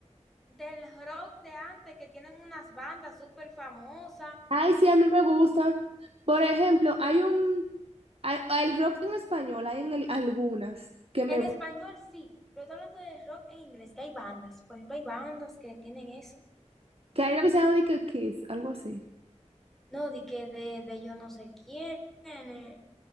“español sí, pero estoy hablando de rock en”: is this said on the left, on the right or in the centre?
Centre